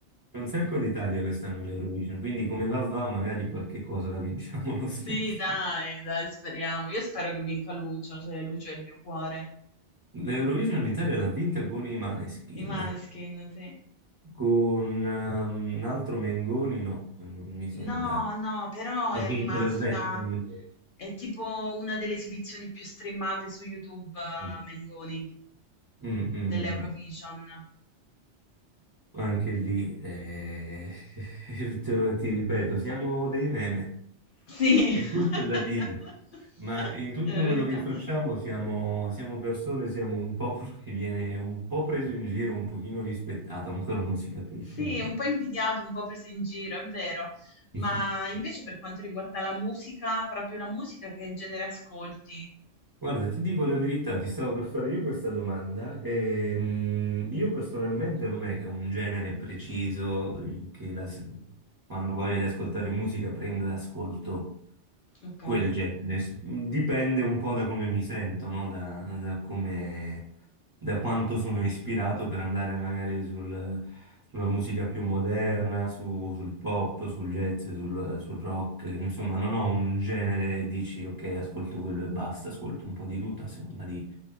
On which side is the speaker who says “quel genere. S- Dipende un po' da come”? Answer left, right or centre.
Right